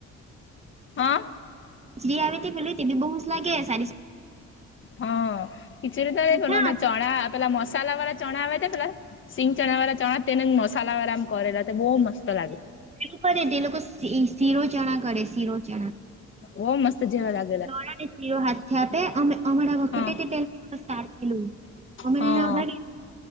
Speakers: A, on the left; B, on the right.
A: હા
B: જી આવે તે બલલી બી બઉુ જ લાગે સારી
A: હા ખિચુરી ત
B: પૂછા
A: કો અમે ચણા પેલા મસાલા વાળા ચણા આવે ત પેલા સિંગ ચણા વાળા ચણા તેને મસાલા વાળા કરેલા તો બહઉ મસ્ત લાગે છે.
B: કરેને તે લોકો શીરો ચણા કરે શીરો ચણા
A: ઓ મસ્ત જીવા લાગે
B: ચણા ને શીરો હાથથી આપે હમણાં વખતે
A: હા
B: તેલની વર સાર થયેલું. અમેી
A: હા
B: નાનેવદા ગેલી